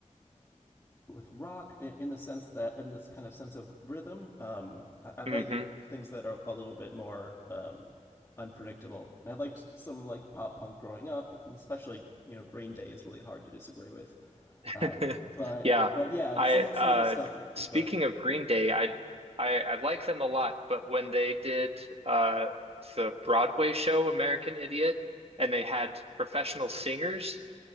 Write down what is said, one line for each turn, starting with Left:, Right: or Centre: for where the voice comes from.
Left: with rock in, the sense that in this kind of sense of rhythm. Um, I, I like
Right: hmm
Left: things that are a little bit more um, unpredictable, and I liked some like pop punk growing up, and especially you know Green Day is really hard to disagree with.
Right: <laughs>
Left: Um, but
Right: Yeah.
Left: but yeah,
Right: I
Left: some
Right: uh
Left: some of the stuff.
Right: speaking
Left: Yeah, go ahead.
Right: of Green Day, I I I like them a lot, but when they did uh the Broadway show American Idiot and they had professional singers,